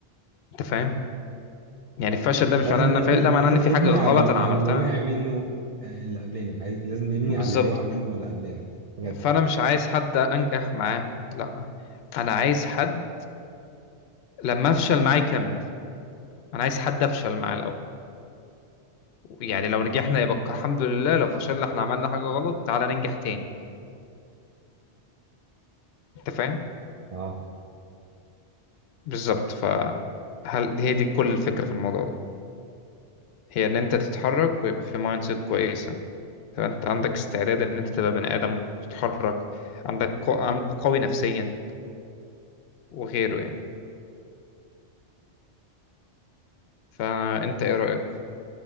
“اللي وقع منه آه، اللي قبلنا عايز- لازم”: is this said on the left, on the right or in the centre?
Right